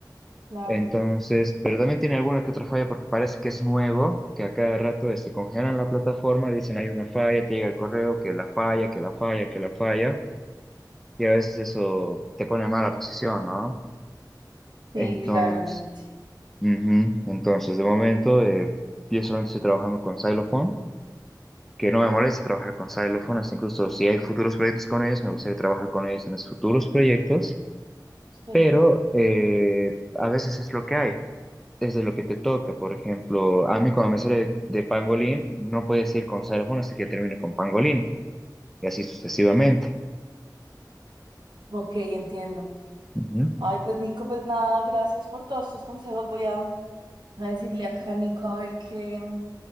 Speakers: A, on the right; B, in the centre.
A: claro.
B: Entonces, pero también tiene alguna que otra falla porque parece que es nuevo, que a cada rato este, congelan la plataforma, dicen hay una falla, te llega el correo, que la falla, que la falla, que la falla, y a veces eso te pone en mala posición, ¿no?
A: Sí,
B: Entonces,
A: claramente.
B: ujú, Entonces, de momento, eh, yo solamente estoy trabajando con Xylophone, que no me molesta trabajar con Xylophone, hasta incluso si hay futuros proyectos con ellos, me gustaría trabajar con ellos en los futuros proyectos,
A: Sí.
B: pero eh, a veces es lo que hay. desde lo que te toca. Por ejemplo, a mí cuando me sale de, de pangolín, no puedes ir con xilófono hasta que yo termine con pangolín, y así sucesivamente.
A: Ok, entiendo.
B: Ujú,
A: Ay, pues Nico, pues nada, gracias por todos tus consejos. Voy a, a decirle acá a Nico a ver qué,